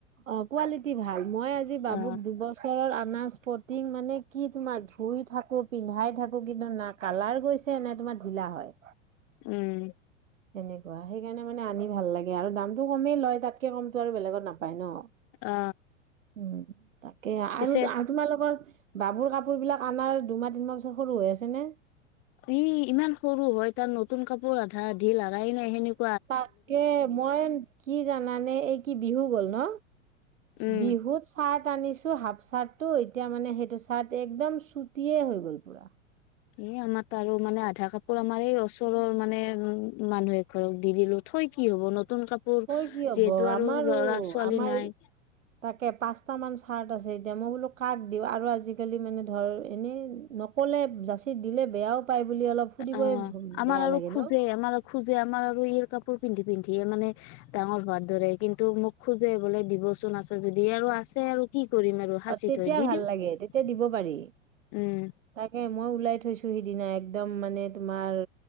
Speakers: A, on the right; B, on the left.
A: অ, কোৱালিটি ভাল, মই আজি বাবুক
B: অ
A: দুবছৰ ছৰৰ আনা স্পটিং মানে কি? তোমাৰ ধুই থাকোঁ, পিন্ধাই থাকোঁ, কিন্তু না কালাৰ গৈছে নে, তোমাৰ ঢিলা হয়?
B: উম,
A: সেনেকুৱা সেইকাৰণে মানে আনি ভাল লাগে, আৰু দামটো কমেই লয়, তাতকে কমটো আৰু বেলেগত নাপায় ন?
B: অ,
A: উম, তাকে
B: পিছে
A: আৰু টো, আ তোমালোকৰ বাবুৰ কাপোৰ বিলাক, আনাৰ দুমাহ, তিনিমাহ পিছত সৰু হৈ আছে নে?
B: ই, ইমান সৰু হয়, তাৰ নতুন কাপোৰ আধা-আধি লাৰাই নাই, সেনে
A: তাকে, মই কি জানানে? এই কি বিহু গ'ল ন?
B: উম
A: বিহুত চাৰ্ট আনিছোঁ, হাফ চাৰ্টটো এতিয়া মানে সেইটো চাৰ্ট একদম চুটিয়ে হৈ গ'ল পুৰা।
B: ই, আমাৰ তাঁৰো মানে আধা কাপোৰ, আমাৰ এই ওচৰৰ মানে উম, মানুহ এঘ ঘৰক দি দিলোঁ, থৈ কি হ'ব? নতুন কাপোৰ
A: থৈ
B: যিহেতু
A: কি হব
B: আৰু
A: আমাৰো
B: ল'ৰা-ছোৱালী
A: আমাৰ
B: নাই।
A: এই তাকে পাঁচটামান চাৰ্ট আছে, এতিয়া মই বোলো কাক দিওঁ, আৰু আজিকালি মানে ধৰ এনেই নক ক'লে, যাচি দিলে বেয়াও পায় বুলি অলপ সুধিবই
B: অ' আমাৰ
A: বেয়া
B: আৰু
A: লাগে
B: খোজে,
A: ন
B: আমাৰ খোজে, আমাৰ আৰু ইয়াৰ কাপোৰ পিন্ধি, পিন্ধিয়ে মানে ডাঙৰ হোৱাৰ দৰে কিন্তু মোক খোজে বোলে দিবচোন আছে যদি আৰু আছে আৰু কি কৰিম আৰু সাচি
A: অ তেতিয়া
B: থৈ দি
A: ভাল
B: দিম
A: লাগে
B: উম,
A: তেতিয়া দিব পাৰি তাকে মই ওলাই থৈছো সিদিনা একদম মানে তোমাৰ